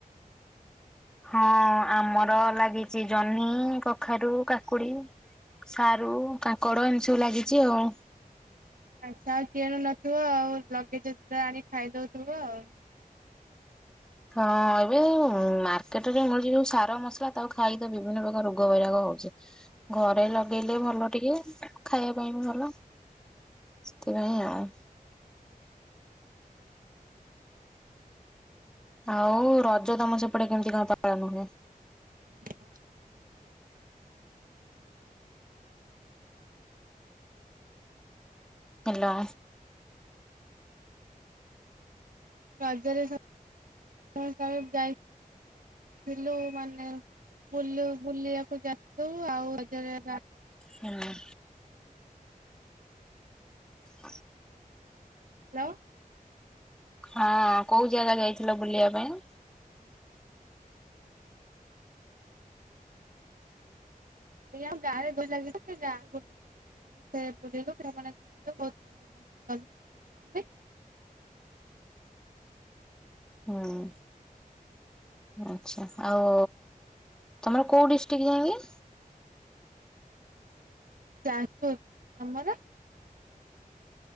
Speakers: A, in the centre; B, on the right.
A: ହଁ, ଆମର ଲାଗିଚି ଜହ୍ନି, କଖାରୁ, କାକୁଡି ସାରୁ, କାଙ୍କଡ ଏମିତି ସବୁ ଲାଗିଛି ଆଉ।
B: ଆଚ୍ଛା, ଆଉ କିଣୁ ନଥିବ ଆଉ ଲଗେଇଚ ଯେତେ ଆଣି ଖାଇଦଉଥିବ ଆଉ।
A: ହଁ, ଏବେ ମାର୍କେଟରେ ଯୋଉ ମିଳୁଛି ଯୋଉ ସାର ମସଲା ତାକୁ ଖାଇକି ତ ବିଭିନ୍ନ ପ୍ରକାର ରୋଗ ବୈରାଗ ହଉଚି। ଘରେ ଲଗେଇଲେ ଭଲ ଟିକେ ଖାଇଆ ପାଇଁ ବି ଭଲ। ସେଥିପାଇଁ ଆଉ। ଆଉ ରଜ ତମ ସେପଟେ କେମିତି କଣ ପାଳନ ହୁଏ?
B: <inaudible>
A: ହାଲୋ।
B: ରଜରେ <unintelligible> ଯାଇ ଥିଲୁ ମାନେ ବୁଲ ବୁଲିଆକୁ ଯାଇଥିଲୁ ଆଉ ରଜରେ
A: ହୁଁ। ହଁ।
B: ହାଲୋ।
A: ହଁ କୋଉ ଜାଗା ଯାଇଥିଲ ବୁଲିଆ ପାଇଁ?
B: ଏଇ ଆମ ଗାଁରେ ଦୋଳି ଲାଗିଛି ତ <unintelligible> ଗାଁକୁ ଢେର୍ ବୁଲିଲୁ ସେମାନେ ଖାଇଲେ ବହୁତ ମଜା ମସ୍ତି କଲୁ। ତମେ
A: ହୁଁ ଆଚ୍ଛା ଆଉ ତମର କୋଉ ଡିଷ୍ଟିକ୍ ଯାଇଁକି?
B: ଯାଜପୁର, ତମର?